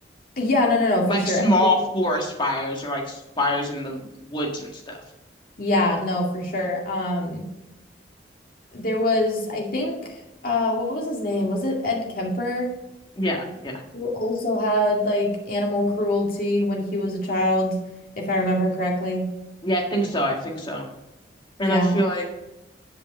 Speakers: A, on the left; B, on the left.
A: yeah, no, no, no, for
B: Like
A: sure.
B: small
A: I think
B: forest fires or like s- fires in the woods and stuff.
A: yeah, no, for sure. Um There was, I think, uh, what was his name? Was it Ed Kemper,
B: Yeah, yeah.
A: who also had like animal cruelty when he was a child, if I remember correctly?
B: Yeah, I think so. I think so.
A: Yeah,
B: And I feel like